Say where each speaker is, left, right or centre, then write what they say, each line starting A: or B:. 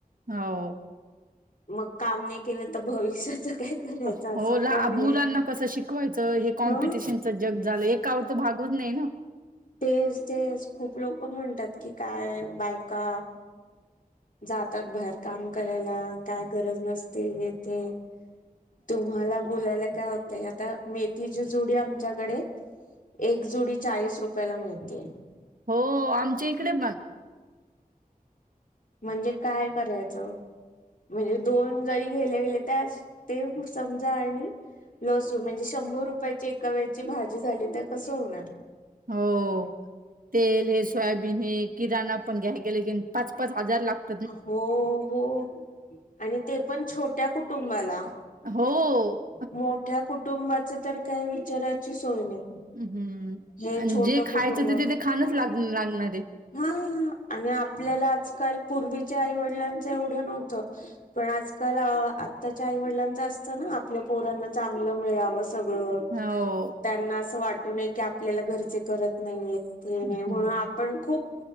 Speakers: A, on the right (about 65°); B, on the left (about 60°).
A: हो.
B: मग काम नाही केलं तर भविष्याचं काय? करायचं
A: हो,
B: असं
A: ला
B: पण
A: मुलांना
B: आहे
A: कसं शिकवायचं? हे कॉम्पिटिशनच
B: हा
A: जग झालं, एकवत भागवत नाही न.
B: तेच-तेच खूप लोक म्हणतात की, काय बायका! जातात बाहेर काम करायला, काय गरज नसते हे ते? तुम्हाला बोलायला काय होतंय आता? मेथीची जुडी आमच्याकडे. एक जुडी चाळीस रुपयाला मिळतीये.
A: हो-हो, आमच्या इकडे पण.
B: म्हणजे काय करायचं? म्हणजे दोन जरी गेले, गेले त्यास. ते म समजा आणि लसूण म्हणजे शंभर रुपयाची एका वेळची भाजी झाली तर, कसं होणार?
A: हो, तेल हे सोयाबीन हे किराणा पण घ्या. गेलं की, पाच-पाच हजार लागत.
B: हो-हो, आणि ते पण छोट्या कुटुंबाला.
A: हो.
B: मोठ्या कुटुंबाच तर काय विचाराची सोय नाही.
A: हम्,
B: हे
A: आणि
B: छोट
A: जे खायचं
B: कुटुंब
A: ते ते ते खाणचं लाग लागणारे.
B: हा आणि आपल्याला आजकाल पूर्वीच्या आईवडिलांचं एवढं नव्हतं. पण आजकाल, आत्ताच्या आईवडिलांच असतं ना. आपल्या पोरांना चांगलं मिळावं, सगळं.
A: हो
B: त्यांना असं वाटू नये की आपल्याला घरचे करत नाहीयेत हे नाही
A: हम्म.
B: म्हणून आपण खूप